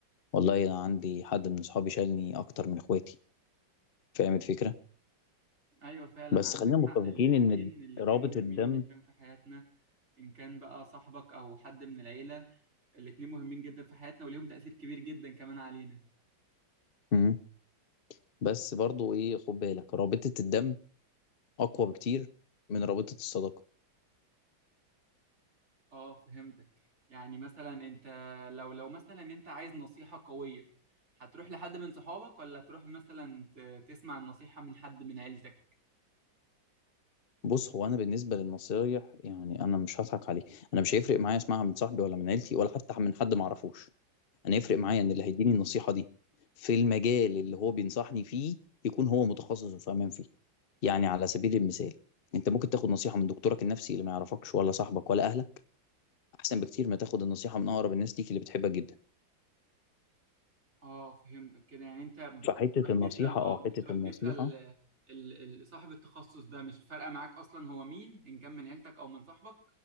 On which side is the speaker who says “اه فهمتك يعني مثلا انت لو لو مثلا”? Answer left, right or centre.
Right